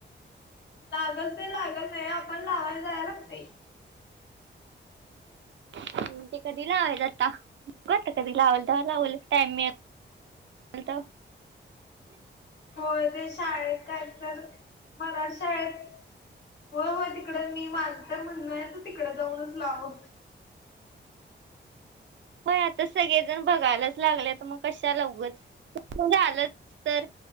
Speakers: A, on the left (about 65°); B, on the right (about 75°).
A: लागत ते लागल नाही आपण लावायला जाया लागतेय. <inaudible>
B: हम ते कधी लावायच आता बघु आता कधी लावाल तवा लावल टाइम मि त.
A: होय ते शाळेत काय तर मराठ शाळेत हो हो तिकड मी माझ तर म्हणणय तू तिकडे जाऊनच लाव
B: बय आता सगळेजण बघायलाच लागले तर मग कशाला उगच <unintelligible> झालंच तर.